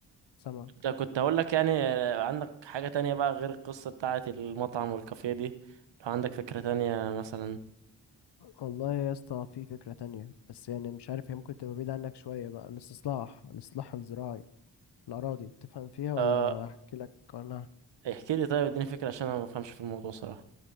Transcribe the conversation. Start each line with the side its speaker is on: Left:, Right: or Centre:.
Left: سامعك
Right: انت كنت هقول لك يعني آه، عندك حاجة تانية بقى غير القصة بتاعة المطعم والكافيه دي لو عندك فكرة تانية مثلا
Left: والله يا اسطى في فكرة تانية بس يعني مش عارف هي ممكن تبقى بعيدة عنك شوية بقى الاستصلاح الإصلاح الزراعي الأراضي بتفهم فيها ولا
Right: آه
Left: أحكي لك عنها
Right: احكي لي طيب اديني فكرة عشان انا ما بفهمش في الموضوع صراحة